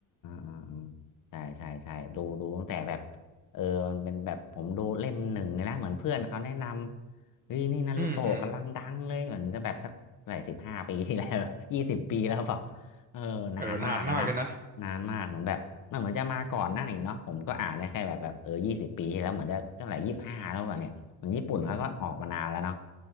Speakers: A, on the left; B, on the right.
A: อ่าอ่าอ่าใช่ใช่ใช่ดูดูตั้งแต่แบบเออมันเป็นแบบผมดูเล่มหนึ่งเลยนะเหมือนเพื่อนเขาแนะนำเฮ้ยนี่นารูโตะกำลังดังเลยเหมือนจะแบบสักหลายสิบห้าปีที่แล้ว
B: อืมอืม
A: <laughs> ยี่สิบปีแล้วเปล่าเออนานมากเลยนะ
B: เออนานมากเลยนะ
A: นานมากเหมือนแบบมันเหมือนจะมาก่อนหน้านี้เนาะผมก็อ่านได้แค่แบบแบบเออยี่สิบปีที่แล้วเหมือนจะเท่าไหร่ยี่สิบห้าแล้วเปล่าเนี่ยเหมือนญี่ปุ่นเขาก็ออกมานานแล้วเนาะ